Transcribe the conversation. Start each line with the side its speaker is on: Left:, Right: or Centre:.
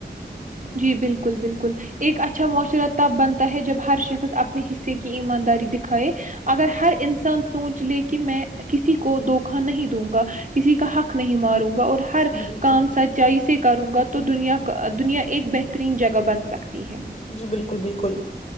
Right: جی بالکل بالکل ایک اچھا معاشرہ تب بنتا ہے جب ہر شخص اپنے حصے کی ایمانداری دکھائے اگر ہر انسان سوچ لے کہ میں کسی کو دھوکا نہیں دوں گا کسی کا حق نہیں ماروں گا اور ہر
Left: جی بالکل
Right: کام سچائی سے کروں گا تو تو دنیا کا دنیا ایک بہترین جگہ بن سکتی ہے
Left: جی بالکل بالکل